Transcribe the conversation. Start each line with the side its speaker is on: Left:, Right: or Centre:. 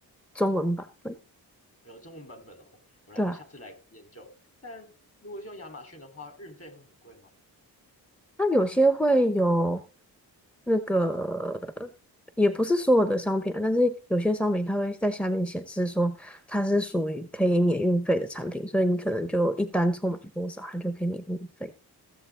Centre: 中文版本，
Left: 有中文版本哦，我来，
Centre: 对啊。
Left: 我下次来研究。但如果是用亚马逊的话，运费会很贵吗？
Centre: 那有些会有那个，也不是所有的商品啊，但是有些商品它会在下面显示说它是属于可以免运费的产品，所以你可能就一单凑满多少，它就可以免运费。